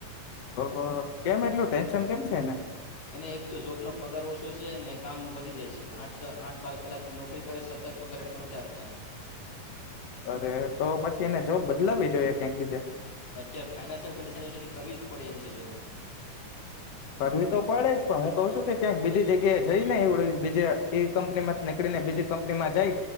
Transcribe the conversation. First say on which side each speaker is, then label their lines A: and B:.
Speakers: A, on the left; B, on the left.
A: ઓહો કેમ એટલું ટેન્શન કેમ છે એને?
B: એને એક તો જોબનો પગાર ઓછો સે ને કામ વધી જાય સે આઠ આઠ બાર કલાક નોકરી કરે સતાંય પગાર એટલો નથી આપતા.
A: અરે તો પછી એને જોબ બદલાવી જોઈએ ક્યાંક બીજા.
B: અત્યારે ફાઈનાન્શિયલ કન્ડિશન એવી છે કે કરવી જ પડે એમ છે જોબ.
A: કરવી તો પડે જ પણ હું કઉ છું કે ક્યાંક બીજી જગ્યાએ જઈ ને એવડે બીજે તે કંપનીમાંથી નીકળી ને બીજી કંપનીમાં જાઈ